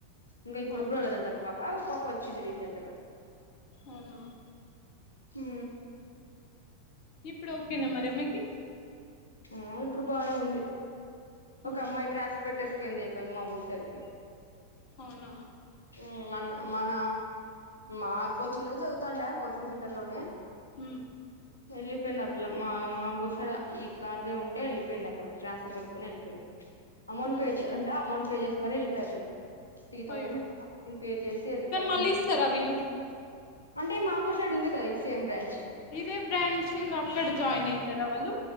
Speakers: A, on the left; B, on the left.
A: ఇంకా ఇప్పుడు
B: అవునా
A: కూడా లేదంట ఒక పాప పాప వ చ్చింది రీసెంట్ గా
B: అవునా
A: ఊ
B: ఇప్పుడు ఓకేనా మరి అమ్మేకి
A: ఒ ఇప్పుడు బానే ఉంది ఒక
B: మ్మ్.
A: అమ్మాయ్ ట్రాసర్ బెట్ తిస్కుంది ఏకంగ మా ఊరు సైడ్కి
B: అవునా
A: ఊ మన మన మా కోచింగ్ లోనే చదువుతాండ కోచింగ్ సెంటర్ లోనే
B: ఉ
A: వెళ్ళిపోయింది ఆ పిల్ల మా మా ఊరు సైడ్ ఈ ఇట్లాడిదే ఉంటే వెళ్ళిపోయింది అక్కడికి ట్రాన్స్ఫర్ పెట్టుకుని వెళ్ళిపోయింది అమౌంట్
B: మ్మ్.
A: వేచరంట అమౌంట్ పెళ్లి చేసినారు ఎళ్లిప ఆ పిల్ల త్రీ థౌసండ్
B: అయ్యో
A: ఎంతెంత అమౌంట్ నేను పే చేసి ఎల్లిపోయ
B: కానీ మళ్ళీ
A: ఇన్స్టి
B: ఇస్తారా వీళ్ళు
A: అంటే మా ఊర్ సైడ్ ఉంది కదా ఈ సి ఎం బ్రాంచ్
B: ఇదే బ్రాంచింగ్ అక్కడ జాయిన్ అవుతారా వాళ్ళు